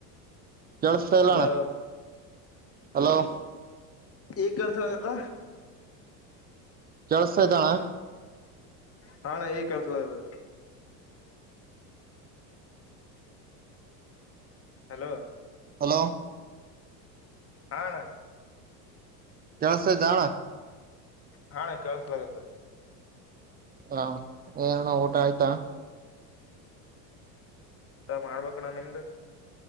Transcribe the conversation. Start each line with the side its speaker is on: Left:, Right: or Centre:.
Right: <inaudible> ಕೆಳ್ಸ್ತಾಯಿಲ್ಣಾ
Left: hello
Right: hello <inaudible>
Left: ಈಗ ಕಳ್ಸಲಾಗತ್ತ
Right: ಕೆಳ್ಸಸ್ತಾ ಐತಿ ಅಣ್ಣಾ
Left: ಹಾ ಅಣ್ಣಾ ಈಗ್ ಕೆಳ್ಸಲಾಗ್ಯೆದ ಹಲೋ
Right: ಹಲೋ
Left: ಹಾ ಅಣ್ಣಾ
Right: ಕೆಳ್ಸ್ತೈತಾ ಅಣ್ಣಾ
Left: ಹಾ ಅಣ್ಣಾ ಕೆಳ್ಸ್ಲಾಗತ್ತೆ.
Right: ಹಾ ಏನಣ್ಣ ಊಟ ಆಯ್ತಾ.
Left: ಊಟ ಮಾಡ್ಬೆಕ ಅಣ್ಣಾ ನಿಮ್ದ್